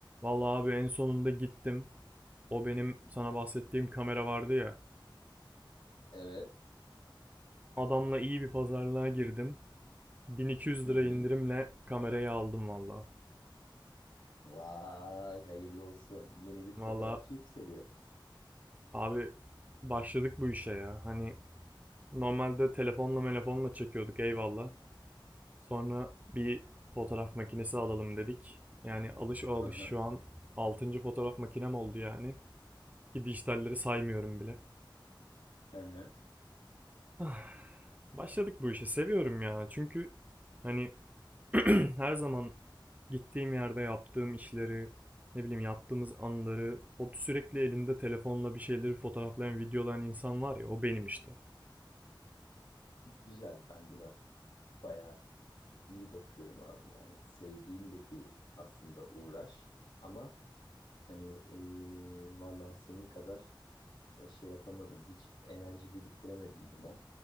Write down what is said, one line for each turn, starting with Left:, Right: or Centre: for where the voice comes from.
Right: Vallahi abi en sonunda gittim. O benim sana bahsettiğim kamera vardı ya.
Left: Evet.
Right: Adamla iyi bir pazarlığa girdim. 1200
Left: Hı
Right: lira
Left: hı.
Right: indirimle kamerayı aldım vallahi.
Left: Vay hayırlı olsun. Yeni bir fotoğrafçı
Right: Vallahi
Left: yükseliyor.
Right: abi başladık bu işe ya. Hani normalde telefonla telefonla çekiyorduk eyvallah. Sonra bir fotoğraf makinesi alalım dedik. Yani alış o alış.
Left: Hı hı.
Right: Şu an altıncı fotoğraf makinem oldu yani. Ki dijitalleri saymıyorum bile.
Left: Hı hı.
Right: Ah, Başladık bu işe. Seviyorum ya. Çünkü hani <clears throat> her zaman gittiğim yerde yaptığım işleri, ne bileyim yaptığımız anları, o sürekli elinde telefonla bir şeyleri fotoğraflayan, videolayan insan var ya, o benim işte.
Left: Güzel. Ben buna bayağı iyi bakıyorum abi. Yani sevdiğim de bir aslında uğraş. Ama hani eee vallahi senin kadar şey yapamadım. Hiç enerji biriktiremedim buna.